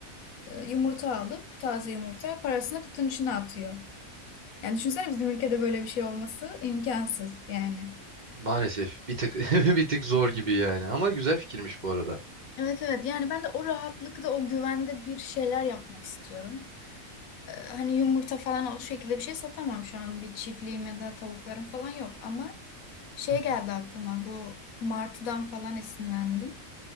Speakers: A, on the left; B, on the right.
A: e, yumurta alıp taze yumurta parasını kutunun içine atıyor. Yani düşünsene bizim ülkede böyle bir şey olması imkansız yani.
B: Maalesef bir tık <laughs> bir tık zor gibi yani ama güzel fikirmiş bu arada.
A: Evet evet yani ben de o rahatlıkta o güvende bir şeyler yapmak istiyorum. e, hani yumurta falan o şekilde bir şey satamam şu an. Bir çiftliğim ya da tavuklarım falan yok. Ama şey
B: Hı hı.
A: geldi aklıma bu martıdan falan esinlendim.